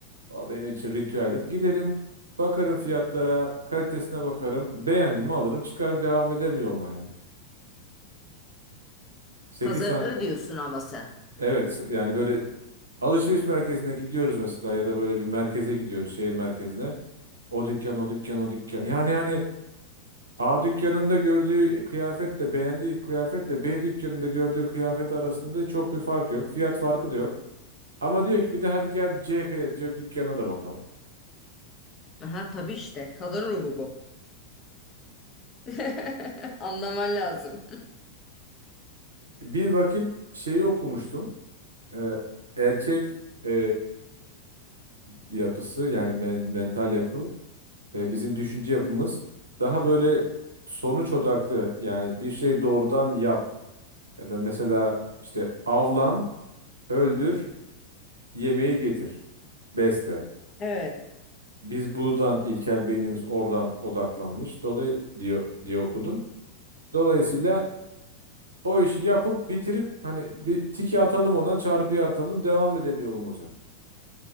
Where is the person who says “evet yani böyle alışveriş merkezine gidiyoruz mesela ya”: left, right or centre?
Right